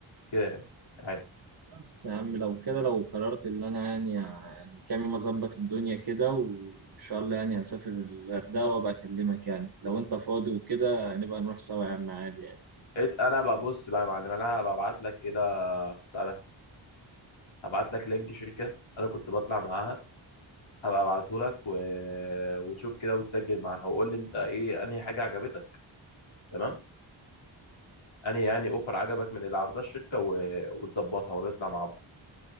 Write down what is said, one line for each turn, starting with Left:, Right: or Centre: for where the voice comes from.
Left: كده يعني عادي
Right: بس يا عم لو كده لو قررت اللي انا يعني يعني كام يوم اظبط الدنيا كده و- وان شاء الله يعني هسافر الغردقه وابقى اكلمك يعني لو انت فاضي وكده نبقى نروح سوا يا عم عادي يعني
Left: إت- انا ببص بقى يا معلم انا هبقى ابعت لك كده بتاع ده هبعت لك لينك شركه انا كنت بطلع معاها هبقى ابعته لك و... وتشوف كده وتسجل معاها وقول لي انت ايه انهي حاجه عجبتك تمام انهي يعني اوفر عجبك من اللي عرضها الشركه و... وتظبطها ونطلع مع بعض